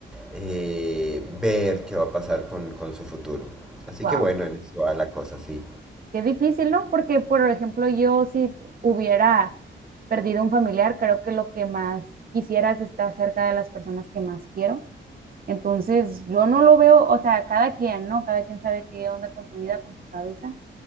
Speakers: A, in the centre; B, on the right.
A: eh, ver qué va a pasar con, con su futuro. Así
B: Wow.
A: que bueno, en eso va la cosa, sí.
B: Qué difícil, ¿no? Porque, por ejemplo, yo si hubiera perdido un familiar, creo que lo que más quisiera es estar cerca de las personas que más quiero. Entonces, yo no lo veo, o sea, cada quien, ¿no? Cada quien sabe qué onda con su vida, con su cabeza,